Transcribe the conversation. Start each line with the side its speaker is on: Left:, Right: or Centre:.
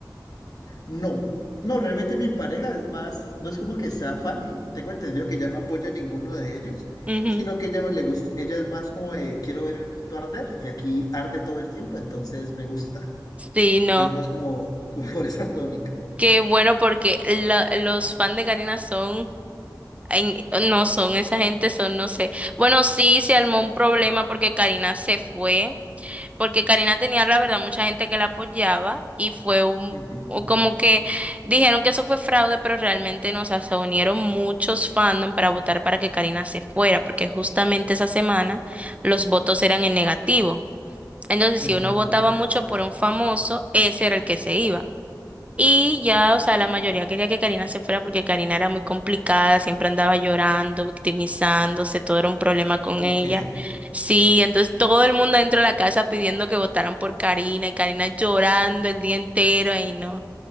Left: No, no, realmente mi pareja es más, no es como que sea fan y tengo entendido que ella no apoya a ninguno de ellos,
Right: Ujú.
Left: sino que ella le gusta, ella es más como de quiero ver el mundo arder y aquí arde todo el tiempo, entonces me gusta.
Right: Sí, no.
Left: Ella es más como, <laughs> como por esa tónica.
Right: Qué bueno porque la- los fans de Karina son, en- no son esa gente, son, no sé. Bueno, sí, se armó un problema porque Karina se fue. porque Karina tenía, la verdad, mucha gente que la apoyaba y fue un,
Left: Ujú,
Right: o como que dijeron que eso fue fraude, pero realmente no, o sea, se unieron muchos fandom para votar para que Karina se fuera, porque justamente esa semana los votos eran en negativo. Entonces,
Left: ujú,
Right: si uno votaba mucho por un famoso, ese era el que se iba. Y ya, o sea, la mayoría quería que Karina se fuera porque Karina era muy complicada, siempre andaba llorando, victimizándose, todo era un problema con
Left: Ok,
Right: ella. Sí, entonces todo el mundo dentro de la casa pidiendo que votaran por Karina y Karina llorando el día entero y no,